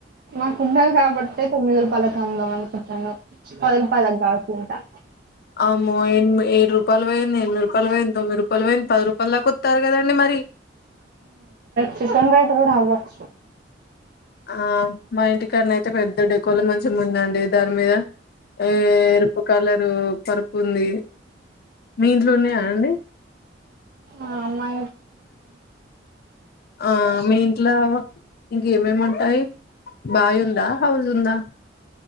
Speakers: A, on the right; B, on the left.
A: మాకుంటం కాబట్టి తొమ్మిది రూపాయలు తముందాం అనుకుంటున్నాను పది రూపాయలకు కాకుండా
B: అమో ఎ ఏడు రూపాయలు పోేయింది ఎ రూపాయలు పోయింది తొంమిై రూపాయలు పోయింది పది రూపాయలలాక వస్తారు కదండి మరి
A: చికన్ బతే కూడా హ వచ్చు
B: ఆ మా ఇంటికన్నా అయితే పెద్దడు ఎ కోళ మంచిగా ముందండి దాని మీద ఏ ఎరుపు కలరు పరుపు ఉంది మీ ఇంట్లో ఉన్నాయా అండి
A: ఆ అమ్మా
B: ఆ మీ ఇంట్లో ఇంకేమేమింటాయి బావి్ ఉందా హౌస్్ ఉందా